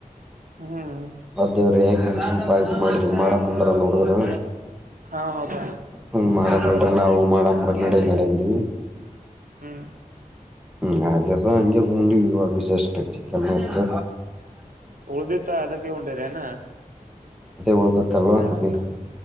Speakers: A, on the right (about 70°); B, in the centre.
A: ಹ್ಮ್
B: ಹ <inaudible> ಅ ದೇವ್ರಿ ಯಾಕನ್ ಸಂಪ ಆತ ಮಾಡಿದವಿ ಮಾಡ ಮುಂದ್ರಲ್ಲ ಹುಡುಗರು
A: ಹಾ ಹೌದಾ
B: ಹ್ಮ ಮಾಡನ್ ನ <unintelligible> ಡ್ರಿ ನಾವು ಮಾಡಂಬ್ರ ನಡ ನಡಂಡಿ
A: ಹ್ಮ್
B: ಹ್ಮ ಅಗದ ಅಂಗೆ <unintelligible> ಪೂಂಡಿ ವಿಾಗ ಇಷ್ಟ ಚಕ್ಕನ್ ಮತ್ತು
A: ಉಳದಿಿತಾ ಅದಕ್ಕೆ ಉಂಡಿರೆನಾ
B: ಉಳಿದಿತ್ತಲ್ಲ ಅಭಿ
A: ರಾತ್ರಿ